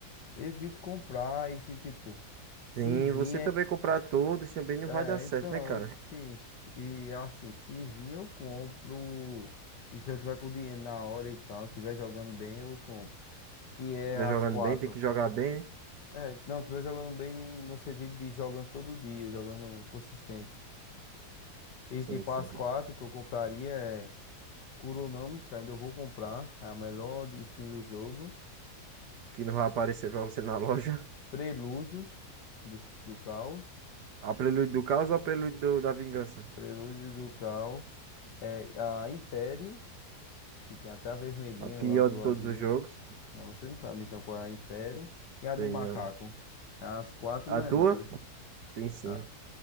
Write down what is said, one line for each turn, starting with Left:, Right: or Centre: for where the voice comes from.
Left: evito comprar e se tipo, se
Right: Sim,
Left: vir
Right: você
Left: é,
Right: também comprar todos também não
Left: é,
Right: vai dar certo,
Left: então,
Right: né, cara?
Left: e, sim, e assim, se vir eu compro. E se eu tiver com dinheiro na hora e tal, estiver jogando bem, eu compro. Que é
Right: Vai
Left: as
Right: jogando
Left: quatro.
Right: bem, tem que jogar bem.
Left: É, não, tu vem jogando bem no sentido de jogando todo dia, jogando consistente. E
Right: Sim,
Left: tipo,
Right: sim.
Left: as quatro que eu compraria é Kuronami, que ainda eu vou comprar, é a melhor de- skin do jogo.
Right: Que não vai aparecer pra você na <laughs> loja.
Left: Prelúdios do, do Caos.
Right: A Prelude do Caos ou a Prelude do- da Vingança?
Left: Prelúdios do Caos. É a Império, que tem até a vermelhinha,
Right: A pior
Left: a azuladinha.
Right: de todos os jogos?
Left: Não, você não sabe então qual é a Império. E a
Right: Tem
Left: do Macaco.
Right: não.
Left: É As quatro
Right: A
Left: melhores.
Right: tua? Tem sim.
Left: A-